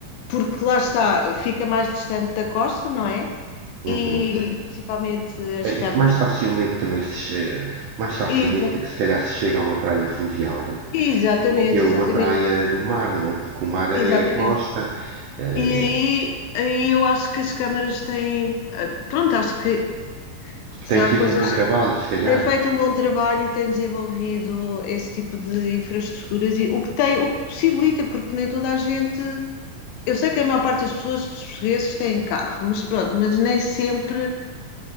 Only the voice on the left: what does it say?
porque lá está, fica mais distante da costa, não é?
E principalmente as
câmaras.
Exata-
Exatamente,
exatamente,
exatamente.
E aí, aí eu acho que as câmaras têm. eh, Pronto, acho que
já
há coisas
Tem feito um bom trabalho e tem desenvolvido esse tipo de infraestruturas, e o que tem, o que possibilita, porque nem toda a gente. Eu sei que a maior parte das pessoas, dos portugueses, têm carro, mas pronto, mas nem sempre